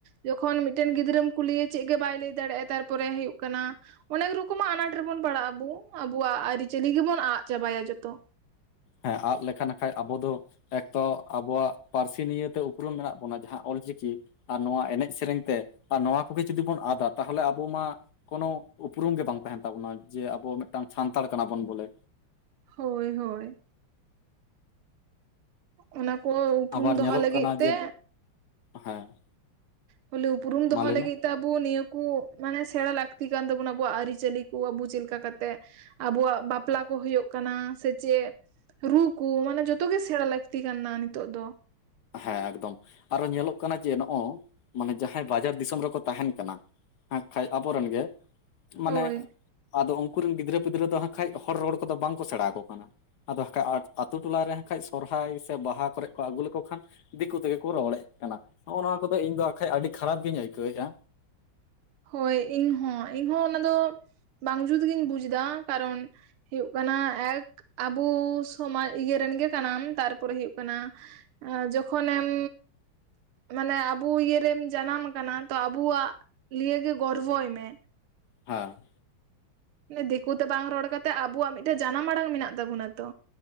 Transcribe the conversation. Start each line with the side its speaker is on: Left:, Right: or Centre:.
Right: ᱡᱚᱠᱷᱚᱱ ᱢᱤᱫᱴᱮᱱ ᱜᱤᱫᱽᱨᱟᱹᱢ ᱠᱩᱞᱤᱭᱮ ᱪᱮᱫ ᱜᱮ ᱵᱟᱭ ᱞᱟᱹᱭ ᱫᱟᱲᱮᱭᱟᱜᱼᱟ ᱛᱟᱨᱯᱚᱨᱮ ᱦᱩᱭᱩᱜ ᱠᱟᱱᱟ ᱚᱱᱮᱠ ᱨᱚᱠᱚᱢᱟᱜ ᱟᱱᱟᱴ ᱨᱮᱵᱚᱱ ᱯᱟᱲᱟᱜᱼᱟ ᱟᱵᱩ ᱟᱵᱚᱣᱟᱜ ᱟᱹᱨᱤᱪᱟᱹᱞᱤ ᱜᱮᱵᱚᱱ ᱟᱫ ᱪᱟᱵᱟᱭᱟ ᱡᱚᱛᱚ᱾
Left: ᱦᱮᱸ ᱟᱫ ᱞᱮᱠᱷᱟᱱ ᱠᱷᱟᱡ ᱟᱵᱚ ᱫᱚ ᱮᱠ ᱛᱚ ᱟᱵᱚᱣᱟᱜ ᱯᱟᱹᱨᱥᱤ ᱱᱤᱭᱮᱛᱮ ᱩᱯᱨᱩᱢ ᱢᱮᱱᱟᱜ ᱵᱚᱱᱟ ᱡᱟᱦᱟᱸ ᱚᱞᱪᱤᱠᱤ ᱟᱨ ᱱᱚᱣᱟ ᱮᱱᱮᱡ ᱥᱮᱨᱮᱧ ᱛᱮ ᱟᱨ ᱱᱚᱣᱟ ᱠᱚᱜᱮ ᱡᱩᱫᱤ ᱵᱚᱱ ᱟᱫᱟ ᱛᱟᱦᱚᱞᱮ ᱟᱵᱚ ᱢᱟ ᱠᱳᱱᱳ ᱩᱯᱩᱨᱩᱢ ᱜᱮ ᱵᱟᱝ ᱛᱟᱦᱮᱱ ᱛᱟᱵᱚᱱᱟ ᱡᱮ ᱟᱵᱚ ᱢᱤᱫᱴᱟᱝ ᱥᱟᱱᱛᱟᱲ ᱠᱟᱱᱟ ᱵᱚᱱ ᱵᱚᱞᱮ᱾
Right: ᱦᱳᱭ ᱦᱳᱭ ᱚᱱᱟ ᱠᱚ ᱩᱯᱨᱩᱢ
Left: ᱟᱵᱟᱨ
Right: ᱫᱚᱦᱚ
Left: ᱧᱮᱞᱚᱜ
Right: ᱞᱟᱹᱜᱤᱫ
Left: ᱠᱟᱱᱟ
Right: ᱛᱮ
Left: ᱡᱮ ᱦᱮᱸ
Right: ᱵᱚᱞᱮ ᱩᱯᱨᱩᱢ ᱫᱚᱦᱚ
Left: ᱢᱟ ᱞᱟᱹᱭ
Right: ᱞᱟᱹᱜᱤᱫ
Left: ᱢᱮ
Right: ᱛᱮ ᱟᱵᱚ ᱱᱤᱭᱟᱹ ᱠᱚ ᱢᱟᱱᱮ ᱥᱮᱬᱟ ᱞᱟᱹᱠᱛᱤ ᱠᱟᱱ ᱛᱟᱵᱚᱱᱟ ᱟᱵᱩᱣᱟᱜ ᱟᱹᱨᱤᱪᱟᱹᱞᱤ ᱠᱚ ᱟᱵᱚ ᱪᱮᱫ ᱞᱮᱠᱟ ᱠᱟᱛᱮᱜ ᱟᱵᱚᱣᱟᱜ ᱵᱟᱯᱞᱟ ᱠᱚ ᱦᱩᱭᱩᱜ ᱠᱟᱱᱟ ᱥᱮ ᱪᱮᱫ, ᱨᱩ ᱠᱚ ᱢᱟᱱᱮ ᱡᱷᱚᱛᱚ ᱜᱮ ᱥᱮᱬᱟ ᱞᱟᱹᱠᱛᱤ ᱠᱟᱱᱟ ᱱᱤᱛᱚᱜ ᱫᱚ᱾
Left: ᱦᱮᱸ ᱮᱠᱫᱚᱢ, ᱟᱨᱚ ᱧᱮᱞᱚᱜ ᱠᱟᱱᱟ ᱡᱮ ᱱᱚᱜᱼᱚᱭ ᱢᱟᱱᱮ ᱡᱟᱦᱟᱸᱭ ᱵᱟᱡᱟᱨ ᱫᱤᱥᱚᱢ ᱨᱮᱠᱚ ᱛᱟᱦᱮᱱ ᱠᱟᱱᱟ ᱦᱟᱸᱜ ᱠᱷᱟᱡ ᱟᱵᱚᱨᱮᱱ ᱜᱮ ᱢᱟᱱᱮ
Right: ᱦᱳᱭ
Left: ᱟᱫᱚ ᱩᱱ ᱠᱩᱨᱮᱱ ᱜᱤᱫᱽᱨᱟᱹ ᱯᱤᱫᱽᱨᱟᱹ ᱫᱚ ᱦᱟᱸᱜ ᱠᱷᱟᱡ ᱦᱚᱲ ᱨᱚᱲ ᱠᱚᱫᱚ ᱵᱟᱝ ᱠᱚ ᱥᱮᱬᱟ ᱟᱠᱚ ᱠᱟᱱᱟ᱾ ᱟᱫᱚ ᱦᱟᱠᱟ ᱟᱛ ᱟᱛᱳ ᱴᱚᱞᱟ ᱨᱮ ᱦᱟᱸᱜ ᱠᱷᱟᱡ ᱥᱚᱨᱦᱟᱭ ᱥᱮ ᱵᱟᱦᱟ ᱠᱚᱨᱮ ᱠᱚ ᱟᱹᱜᱩ ᱞᱮᱠᱚ ᱠᱷᱟᱱ ᱫᱤᱠᱩ ᱛᱮᱜᱮ ᱠᱚ ᱨᱚᱲᱮᱫ ᱠᱟᱱᱟ, ᱱᱚᱜᱼᱚ ᱱᱚᱣᱟ ᱠᱚᱫᱚ ᱤᱧ ᱫᱚ ᱟᱠᱷᱟᱡ ᱟᱹᱰᱤ ᱠᱷᱟᱨᱟᱯ ᱜᱤᱧ ᱟᱹᱭᱠᱟᱹᱣᱮᱫᱼᱟ᱾
Right: ᱦᱳᱭ ᱤᱧᱦᱚ ᱤᱧᱦᱚ ᱚᱱᱟ ᱫᱚ ᱵᱟᱝ ᱡᱩᱛᱜᱤᱧ ᱵᱩᱡᱫᱟ ᱠᱟᱨᱚᱱ ᱦᱩᱭᱩᱜ ᱠᱟᱱᱟ ᱮᱠ ᱟᱵᱚ ᱥᱚᱢᱟᱡᱽ ᱤᱭᱟᱹ ᱨᱮᱱ ᱜᱮ ᱠᱟᱱᱟᱢ ᱛᱟᱨᱯᱚᱨᱮ ᱦᱩᱭᱩᱜ ᱠᱟᱱᱟ ᱡᱚᱠᱷᱚᱱᱮᱢ ᱢᱟᱱᱮ ᱟᱵᱚ ᱤᱭᱟᱹᱨᱮᱢ ᱡᱟᱱᱟᱢ ᱠᱟᱱᱟ ᱛᱚ ᱟᱵᱚᱣᱟᱜ ᱞᱤᱭᱟᱹ ᱜᱮ ᱜᱚᱨᱵᱚᱭ ᱢᱮ
Left: ᱦᱚᱸ
Right: ᱫᱤᱠᱩᱛᱮ ᱵᱟᱝ ᱨᱚᱲ ᱠᱟᱛᱮᱜ ᱟᱵᱚᱣᱟᱜ ᱢᱤᱫᱴᱮᱱ ᱡᱟᱱᱟᱢ ᱟᱲᱟᱝ ᱢᱮᱱᱟᱜ ᱛᱟᱵᱚᱱᱟ ᱛᱚ